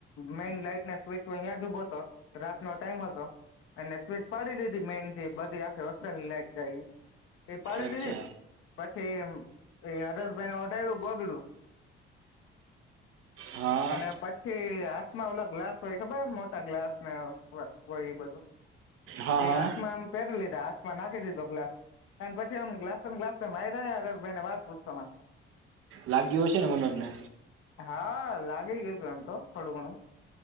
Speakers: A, on the left; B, on the right.
A: મેન લાઈટને સ્વિચ અહિયાં જ ઉભો હતો રાતનો ટાઈમ હતો ને ને સ્વીચ પાડી દીધી મેન જે બધી આખે હોસ્ટલની લાઈટ એ જાય એ પાડી
B: અચ્છા
A: દીધી પછીએમ એ આદર્શભાઈને ઓઢાડ્યું ગોગડું
B: હા
A: અને પછી હાથમાં ઓલા ગ્લાસ હોય ખબર મોટા ગ્લાસ ને હોય એ બધું
B: હા
A: એ
B: હા
A: હાથમાં આમ પહેરી લીધા હાથમાં નાખી દીધો ગ્લાસ અને પછી આમ ગ્લાસમ ગ્લાસ માયરા હરેશભાઈ ને વાત પૂછવામાં
B: લાગ્યું હશે ને મનોજને
A: હા લાગી ગયુંતું એમ તો થોડું ઘણું